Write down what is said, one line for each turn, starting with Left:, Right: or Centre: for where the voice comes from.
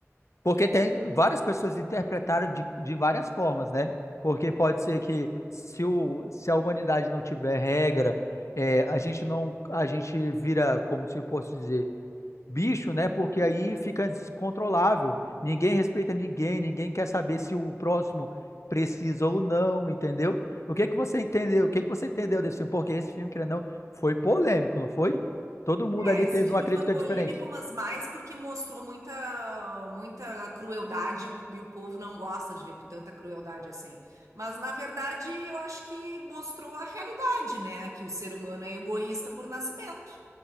Left: Porque tem várias pessoas interpretaram de, de várias formas, né? Porque pode ser que se, o, se a humanidade não tiver regra, é, a gente não, a gente vira, como se eu fosse dizer bicho, né? Porque aí fica descontrolável. Ninguém respeita ninguém, ninguém quer saber se o próximo precisa ou não, entendeu? O que que você entendeu? O que que você entendeu desse filme? Porque esse filme, querendo ou não, foi polêmico, não foi? Todo mundo
Right: É,
Left: ali
Right: esse
Left: teve
Right: filme
Left: uma crítica
Right: foi polêmico,
Left: diferente.
Right: mas mais porque mostrou muita, muita crueldade e o povo não gosta de ver tanta crueldade assim. Mas, na verdade, eu acho que mostrou a realidade, né? Que o ser humano é egoísta por nascimento.